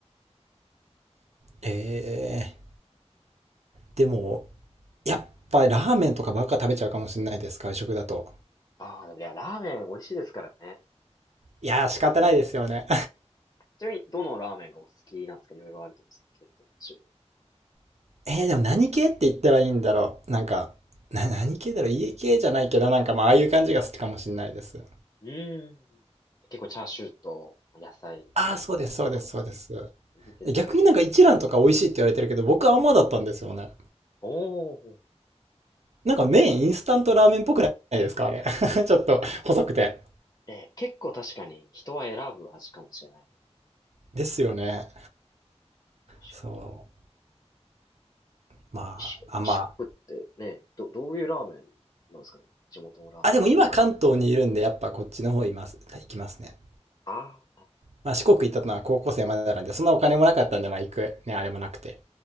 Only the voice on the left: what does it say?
ああ、でもいや、ラーメン美味しいですからね。
ちなみに、どのラーメンがお好きなんですかいろいろあると思うんですけど、系統、種類。
うーん。結構チャーシューと、野菜と、
油
いいですね。
おー。
あえー結構確かに人は選ぶ味かもしれない。
確かに
四国、
四国ってね、ど、どういうラーメンなんですかね地元のラーメンって。
ああ、なる